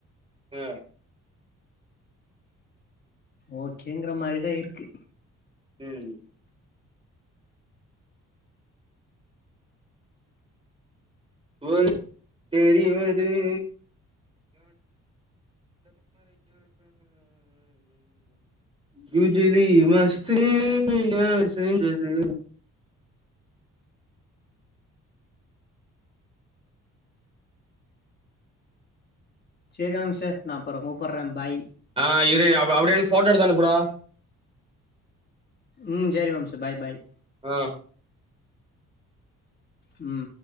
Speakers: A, on the right (about 20°); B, on the left (about 35°).
A: அ
B: ஓகேங்கற மாரிதா இருக்கு
A: ம் <unintelligible> தெரிவது <inaudible> குஜிலி மஸ்து யார் செஞ்சது
B: செரி மாம்சு நா அப்ற கூப்புட்றே பாய்
A: ஆஹ் இரு அப் அப்டியே நின் போட்டோ எடுத் து அனுப்புடா
B: ம் சேரி மாம்சு பாய் பாய்
A: ஆ
B: ம்